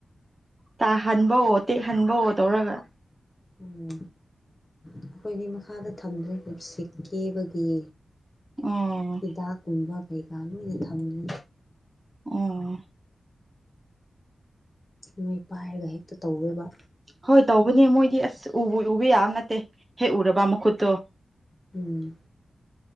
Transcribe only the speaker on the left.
ꯎꯝ ꯑꯩꯈꯣꯏꯗꯤ ꯃꯈꯥꯗ ꯊꯝꯗ꯭ꯔꯦ ꯂꯤꯞꯁꯇꯤꯛ ꯀꯦꯕꯒꯤ
ꯍꯤꯗꯥꯛ ꯀꯨꯝꯕ ꯀꯩꯀꯥ ꯂꯣꯏꯅ ꯊꯝꯗ꯭ꯔꯦ
ꯅꯣꯏ ꯄꯥꯏꯔꯒ ꯍꯦꯛꯇ ꯇꯧꯔꯣꯏꯕ
ꯎꯝ